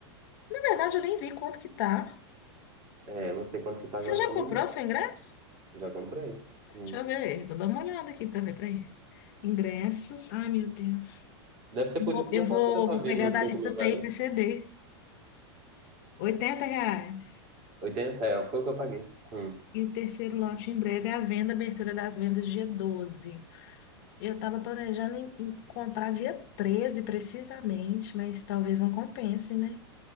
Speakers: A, on the left; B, on the right.
A: Na verdade, eu nem vi quanto que tá.
B: É, eu não sei quanto que tá
A: Você
B: agora
A: já
B: também,
A: comprou
B: não.
A: seu ingresso?
B: Já comprei. Hum.
A: Deixa eu ver. Vou dar uma olhada aqui pra ver, peraí. Ingressos. Ai, meu Deus.
B: Deve ser
A: Vou-
B: por isso que
A: eu
B: minha
A: vou,
B: fatura tá
A: vou
B: vindo
A: pegar
B: uns
A: da
B: 5
A: lista
B: mil reais.
A: T TIPCD. 80 reais.
B: 80. É, foi o que eu paguei. Hum.
A: E o terceiro lote em breve é a venda, abertura das vendas dia doze Eu estava planejando em, em comprar dia 13 precisamente, mas talvez não compense, né?